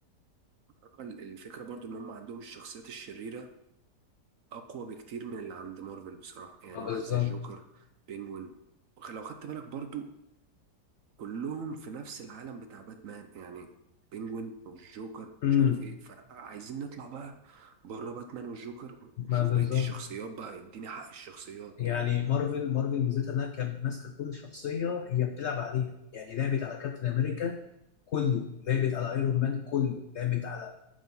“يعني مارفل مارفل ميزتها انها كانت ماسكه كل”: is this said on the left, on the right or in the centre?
Left